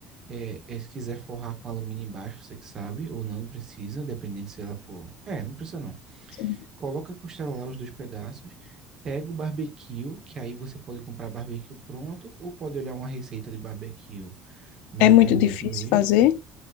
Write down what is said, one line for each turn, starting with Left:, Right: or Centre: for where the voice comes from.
Right: é, é, se quiser forrar com alumínio embaixo, você que sabe, ou não, não precisa, dependendo se ela for. É, não precisa não.
Left: sim.
Right: Coloca a costela lá, os dois pedaços, pega o barbecue, que aí você pode comprar barbecue pronto, ou pode olhar uma receita de barbecue na
Left: É muito
Right: internet
Left: difícil
Right: mesmo.
Left: fazer,